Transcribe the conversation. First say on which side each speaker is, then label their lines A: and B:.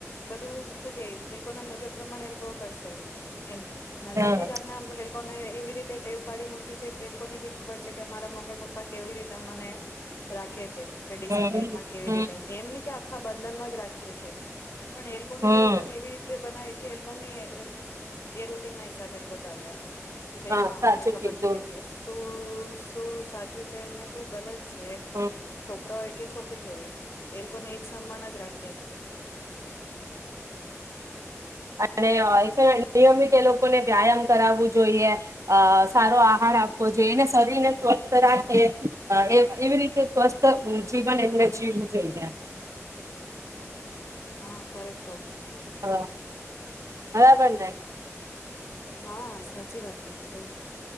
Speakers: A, on the left; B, on the right.
A: બધું શું કે એ લોકો ના મુજબ પ્રમાણ એ લોકો કરશે. એમ નલા
B: હા
A: થી જ આપણેને એવી રીતે ટેવ પાડી મૂકી છે તેલ ની બી ખબર છે કે અમારા મમ્મી પપ્પા કેવી રીતે મને રાખે છે ડિસિપ્લનમાં
B: હમ
A: કેવી
B: હમ
A: રીતે એમ ક આખા બંધનમાં જ રાખીએ છીએ પણ એલ્કોનું
B: હમ
A: બી રૂટન એવી રીતે બનાવે કે એલ્કોમી એ રૂટીન ના હિસાબ બલ ચાલે એમ કે ભાઈ
B: હા સાચું
A: અમને ખબર
B: ક દોર
A: છે કે શું શું સાચું છે શું ગલત છે એમ
B: હમ
A: છો છોક હોય કે છોકરી હોય એ લોકોને એક સન્માન જ રાખ્યા
B: અને નિયમિત એ લોકોને વ્યાયામ કરાવવું જોઈએ અ સારો આહાર આપવો જોઈએને શરીરને સ્વસ્થ રાખે એ એવી રીતે સ્વસ્થ જીવન એમને જીવવું જોઈએ
A: હા કરેક કરે
B: હા બરાબર જાઈ
A: હા સાચી વાત કીધી તો